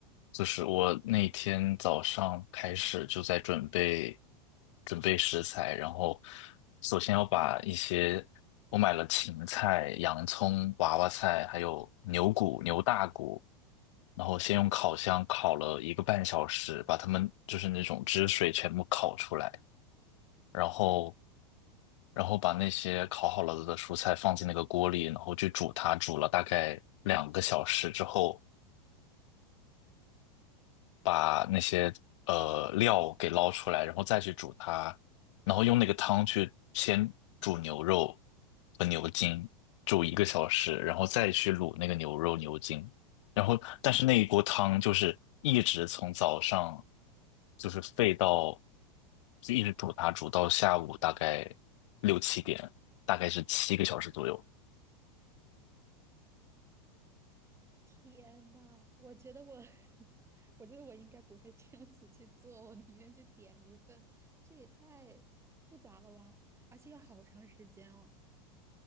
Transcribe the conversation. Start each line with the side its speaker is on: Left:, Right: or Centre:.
Left: 就是我那天早上开始就在准备准备食材，然后首先要把一些我买了芹菜、洋葱、娃娃菜，还有牛骨、牛大骨，然后先用烤箱烤了一个半小时，把它们就是那种汁水全部烤出来。然后然后把那些烤好了的蔬菜放进那个锅里，然后去煮它，煮了大概两个小时之后，把那些呃料给捞出来，然后再去煮它，然后用那个汤去先煮牛肉和牛筋，煮一个小时，然后再去卤那个牛肉牛筋，然后但是那一锅汤就是一直从早上就是沸到就一直煮它，煮到下午大概六七点，大概是七个小时左右。
Right: 天呐，我觉得我，<laughs> 我觉得我应该不会这样子去做，我宁愿去点一份，这也太复杂了吧，而且要好长时间哦。